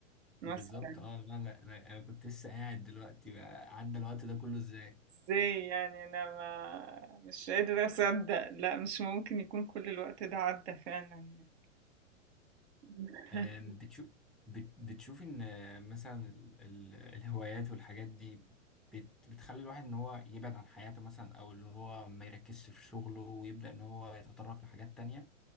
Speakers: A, on the right (about 60°); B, in the centre.
A: مثلا
B: بالظبط اه لا لا انا أنا كنت لسه قاعد دلوقتي بقى عدى الوقت ده كله ازاي
A: ازاي يعني انا ما مش قادرة اصدق لا مش ممكن يكون كل الوقت ده عدى فعلا يعني. <laughs>
B: آم، بتشوف بت- بتشوف ان آه، مثلا ال- ال- الهوايات والحاجات دي بت- بتخلي الواحد ان هو يبعد عن حياته مثلا او اللي هو ما يركزش في شغله ويبدأ ان هو يتطرق لحاجات تانية